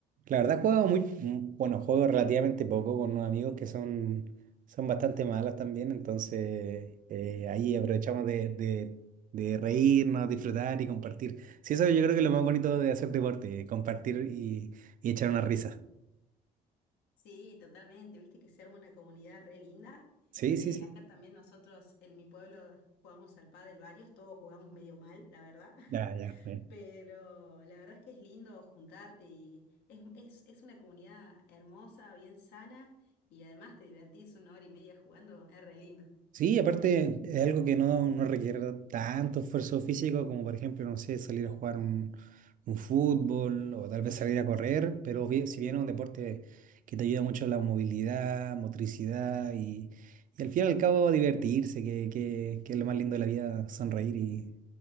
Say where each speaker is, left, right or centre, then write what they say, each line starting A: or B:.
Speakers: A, on the right; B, on the left.
A: La verdad, he jugado muy, mm, bueno, juego relativamente poco con unos amigos que son, son bastante malos también, entonces eh, ahí aprovechamos de, de, de reírnos, disfrutar y compartir. Sí, eso yo creo que es lo más bonito de hacer deporte, compartir y, y echar una risa.
B: Sí, totalmente. Viste que se arma una comunidad re linda.
A: Sí,
B: Eh,
A: sí, sí.
B: acá también nosotros en mi pueblo jugamos al pádel varios, todos jugamos medio mal, la verdad. <laughs>
A: Ya, ya fue.
B: Pero la verdad es que es lindo juntarte y es, es, es una comunidad hermosa, bien sana y además te divertís una hora y media jugando, es re lindo.
A: Sí, aparte es algo que no, no requiere tanto esfuerzo físico como por ejemplo, no sé, salir a jugar un, un fútbol o tal vez salir a correr, pero bien- si bien es un deporte que te ayuda mucho a la movilidad, motricidad y, y al fin y al cabo divertirse, que, que, que es lo más lindo de la vida, sonreír y,